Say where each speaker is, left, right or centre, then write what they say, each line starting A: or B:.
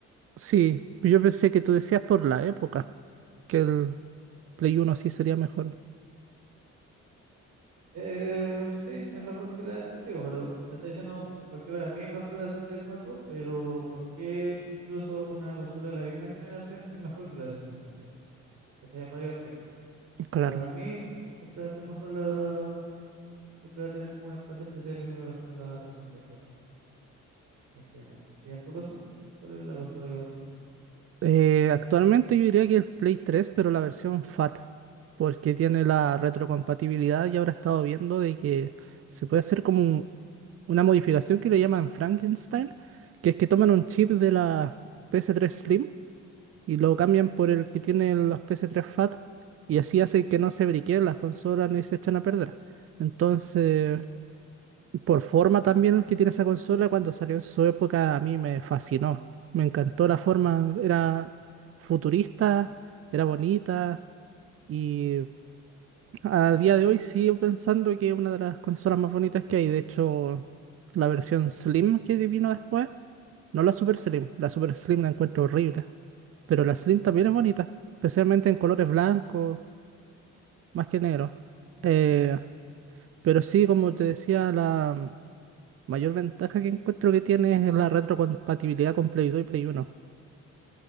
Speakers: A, on the right; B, on the right.
A: sí. Yo pensé que tú decías por la época, que el Play Uno sí sería mejor.
B: Eh, sí, es mejor que la. Sigo, pero te estoy diciendo porque para mí es mejor la sesenta y cuatro pero ¿por qué incluso una consola de la misma generación es mejor que la sesenta y cuatro Está en varios aspectos.
A: Claro.
B: Pero para mí siempre va a ser mejor la. Siempre va a tener como un espacio especial en mi corazón la 64 en general. ¿Y en tu caso? ¿Cuál es la consola que más te gusta?
A: Eh, actualmente yo diría que el Play 3, pero la versión FAT, porque tiene la retrocompatibilidad y ahora he estado viendo de que se puede hacer como un- una modificación que le llaman Frankenstein, que es que toman un chip de la ps tres Slim y lo cambian por el que tiene las ps tres FAT y así hace que no se briqueen las consolas ni se echan a perder. Entonces, por forma también que tiene esa consola, cuando salió en su época a mí me fascinó. Me encantó la forma, era futurista, era bonita y a día de hoy sigo pensando que es una de las consolas más bonitas que hay. De hecho, la versión Slim que vino después, no la Super Slim, la Super Slim la encuentro horrible, pero la Slim también es bonita, especialmente en colores blancos, más que negro. Eh, pero sí, como te decía, la... Mayor ventaja que encuentro que tiene es la retrocompatibilidad con Play 2 y Play 1.